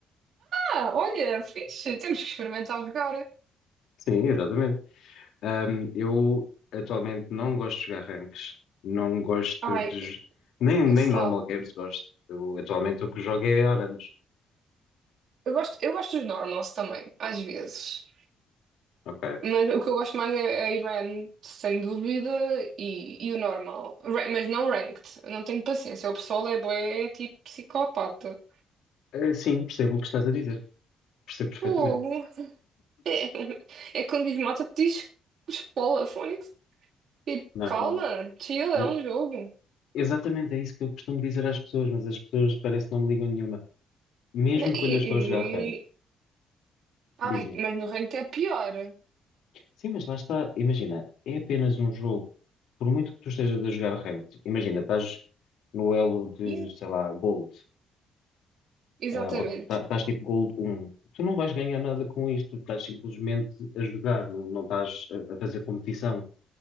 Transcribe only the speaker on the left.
Sim, exatamente. Ahm, eu atualmente não gosto de jogar ranks, não gosto
de. j- Nem, nem
normal
games gosto. Eu, atualmente o que jogo é Arames.
Ok.
Eh, sim, percebo o que estás a dizer. Percebo perfeitamente.
Não,
eu não.
eu-
exatamente é isso que eu costumo dizer às pessoas, mas as pessoas parece que não me ligam nenhuma. Mesmo
quando eu estou
a jogar rank,
dizem:
Sim, mas lá está. Imagina, é apenas um jogo. Por muito que tu estejas a jogar rank, imagina, estás no elo de,
sei lá, Gold.
ah, ou tá- estás tipo Gold um tu não vais ganhar nada com isto, tu estás simplesmente a jogar, não, não estás a, a fazer competição.